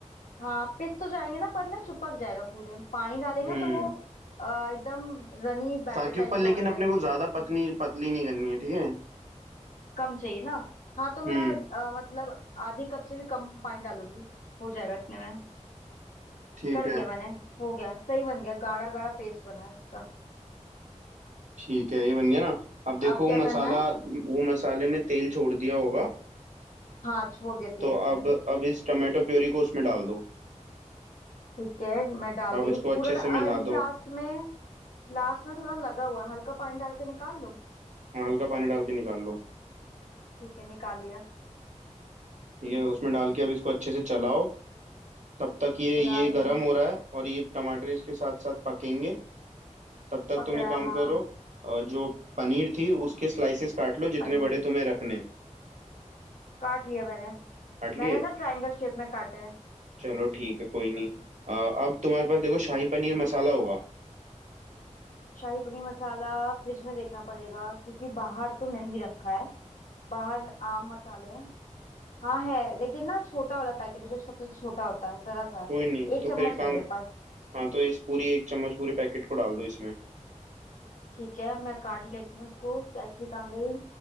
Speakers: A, on the left; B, on the right.
A: हाँ पिस तो जाएंगे ना पर ना चिपक जाएगा पूरे पानी डालेंगे
B: हम्म
A: तो वो अ, एकदम रनी बैटर
B: ताकि
A: टाइप
B: पर लेकिन
A: का बन
B: अपने
A: जाए ग्रेवी
B: को ज्यादा पतली पतली नहीं करनी है ठीक है
A: कम चाहिए ना हाँ तो मैं
B: हम्म
A: अ, मतलब आधी कप से भी कम पानी डालूंगी हो जाएगा इतने में
B: ठीक
A: कर
B: है
A: दिया मैंने हो गया सही बन गया गाढ़ा गाढ़ा पेस्ट बना है इसका
B: ठीक है ये बन गया ना अब देखो
A: अब क्या
B: वो मसाला
A: करना है
B: वो मसाले ने तेल छोड़ दिया होगा
A: हाँ छोड़ दिया तेल
B: तो
A: उसने
B: अब अब इस टमाटो प्योरी को उसमें डाल दो
A: ठीक है मैं डाल
B: अब
A: रही
B: इसको
A: हूँ
B: अच्छे
A: पूरा डा-
B: से
A: आ,
B: मिला
A: ये
B: दो
A: लास्ट में लास्ट में थोड़ा लगा हुआ है हल्का पानी डाल के निकाल लूँ
B: हाँ, हल्का पानी डाल के निकाल लो
A: ठीक है निकाल लिया
B: ठीक है उसमें डाल के अब इसको अच्छे से चलाओ तब तक ये
A: चला
B: ये
A: रही
B: गरम
A: हूँ
B: हो रहा है और ये टमाटर इसके साथ साथ पकेंगे तब तक
A: पक
B: तुम
A: रहा
B: एक काम
A: है हाँ
B: करो अ, जो पनीर थी उसके स्लाइसेस काट लो जितने
A: पनीर
B: बड़े तुम्हें रखने हैं।
A: काट लिया मैंने
B: काट लिए
A: मैंने ना ट्रायंगल शेप में काटे हैं
B: चलो ठीक है कोई नहीं अ, अब तुम्हारे पास देखो शाही पनीर मसाला होगा
A: शाही पनीर मसाला फ्रिज में देखना पड़ेगा क्योंकि बाहर तो नहीं रखा है बाहर आम मसाले हैं हाँ है लेकिन ना छोटा वाला पैकेट है जो सबसे छोटा होता है जरा सा है।
B: कोई नहीं
A: एक
B: तो
A: चम्मच
B: फिर एक काम
A: है मेरे पास
B: हाँ तो इस पूरी एक चम्मच पूरे पैकेट को डाल दो इसमें
A: ठीक है मैं काट लेती हूँ उसको कैची कहाँ गई